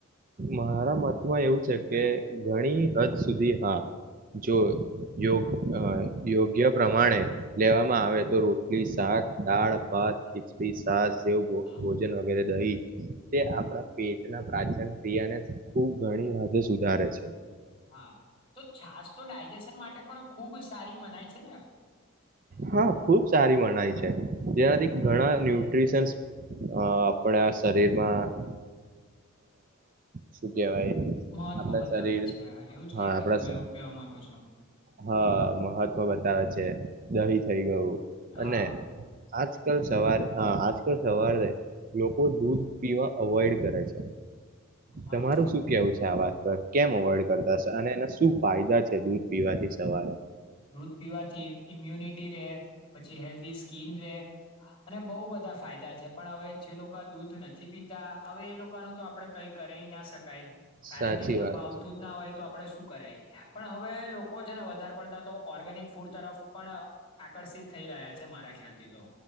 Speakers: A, on the right (about 40°); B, on the left (about 25°).
A: મારા મતમાં એવું છે કે ઘણી હદ સુધી હા. જો યોગ અ યોગ્ય પ્રમાણે લેવામાં આવે તો રોટલી, શાક, દાળ-ભાત, ખીચડી, સાસ જેવુ ભો
B: હા
A: ભોજન વગેરે દહી તે આપડા
B: હમ,
A: પડા પાચન ક્રિયાને ખુબ ઘણી હદે સુધારે છે.
B: હા, તો છાસ તો ડાયજેશન માટે પણ ખુબ સારી મનાય છે ને.
A: હા ખુબ સારી મનાય છે. જેનાથી ઘણા ન્યુટ્રીશનસ આપડા શરીરમાં શું કેહેવાય
B: મહત્વ
A: આપણા
B: બતાવે
A: શરીર
B: છે. એવું જ
A: હા
B: કઈક
A: આપણા
B: ને તમે
A: સ-
B: એવું કહેવા માંગો છો
A: હા મહત્વ બતાવે છે. જવી થઈ ગવુ.
B: હા
A: અને આજ કલ સવારે અ આજકલ સવારે લોકો દૂધ પીવા અવોઈડ કરે છે.
B: હા
A: તમારું શું કેવું છે આ વાત પર. કેમ અવોઈડ કરતા શે અને એના શું ફાયદા છે દૂધ પીવાથી સવારે.
B: દૂધ પીવાથી ઇમ્યુનિ ટી રે. પછી હેલ્ધી સ્કીન રે. અને બઉ બધા ફાયદા છે. પણ હવે જે લોકા દૂધ નથી પીતા. હવે એ લોકાનું તો આપડે કઈ કરી ના શકાય. કારણ
A: સાચી
B: કે એમને
A: વાત
B: ભાવતું જ ના હોય તો આપડે શું કરાય. પણ હવે લોકો છે ને તાર પડ તા તો ઓર્ગેનિક ફૂડ તરફ પણ આકર્ષિત થઈ રહ્યા છે. મારા ખ્યાલથી તો.